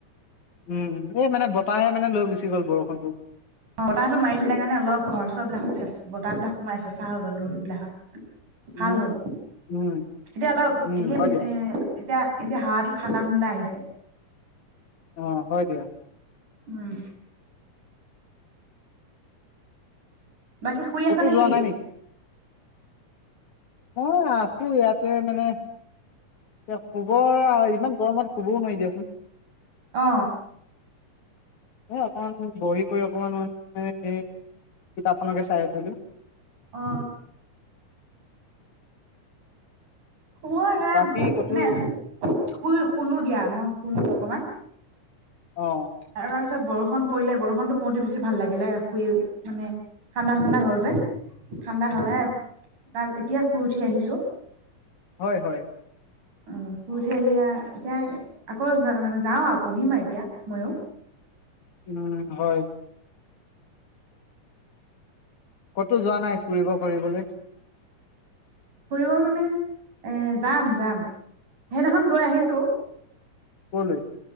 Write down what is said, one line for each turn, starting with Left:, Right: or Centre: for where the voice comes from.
Left: উম এই মানে বতাহে মানে লৈ গুচি গ'ল বৰষুণটো
Right: অ বতাহতটো মাৰি দিলে কাৰণে অলপ ঘৰ চৰ বিলাকত চচ বতাহ বিলাক সোমাই চেচা হৈ গ'ল ৰুম বিলাকত ভাল
Left: উম
Right: হ'ল
Left: উম
Right: এতিয়া অলপ
Left: উম
Right: এতিয়া
Left: হয়
Right: বি
Left: দিয়া
Right: এ এতিয়া এতিয়া হাৱাতো ঠাণ্ডা ঠাণ্ডা আহিছে
Left: আহ হয় দিয়া
Right: উম বাকী শুই আছা
Left: ক'তো
Right: নেকি
Left: যোৱা নাই অ আছো ইয়াতে মানে এ শুবৰ ইমান গৰমত শুবও নোৱাৰি দিয়াচোন
Right: অ
Left: এ অকমান বহি কৰি অকমান মে কিতাপখনকে চাই আছিলো
Right: অ শ সে
Left: বাকী
Right: মানে
Left: ক'তো
Right: শই শুলো দিয়া মই শো অকমান
Left: অ
Right: আৰু তাৰপিছত বৰষুণ পৰিলে বৰষুণতো পোতে বেছি ভাল লাগিলে খুই মানে ঠাণ্ডা ঠাণ্ডা হ'ল যে ঠাণ্ডা হয় তাম এতিয়া শুই উঠি আহিছো
Left: হয় হয়
Right: অ পহি আহি এতিয়া আকৌ মানে যাওঁ আৰু পঢ়িম আৰু এতিয়া ময়ো
Left: উম হয় কতো যোৱা নাই ফুৰিব ফুৰিবলৈ
Right: ফুৰিব মানে এ যাম যাম সেইদিনাখন গৈ আহিছো
Left: কলৈ